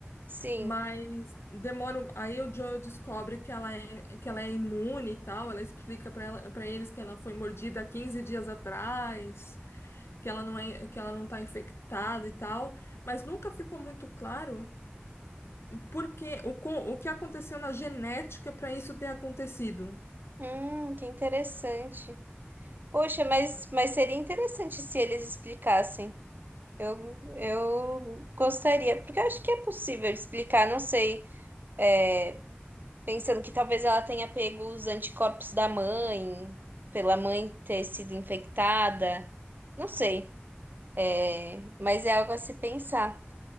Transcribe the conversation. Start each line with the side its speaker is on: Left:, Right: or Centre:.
Right: Sim.
Left: Mas demora. um- Aí o Joel descobre que ela é, que ela é imune e tal. Ela explica para ela, para eles que ela foi mordida há 15 dias atrás, que ela não é, que ela não está infectada e tal. Mas nunca ficou muito claro por que, o, co- o que aconteceu na genética para isso ter acontecido.
Right: Hum, que interessante. Poxa, mas, mas seria interessante se eles explicassem. Eu, eu gostaria, porque eu acho que é possível explicar, não sei, é, pensando que talvez ela tenha pego os anticorpos da mãe, pela mãe ter sido infectada, não sei. É, mas é algo a se pensar.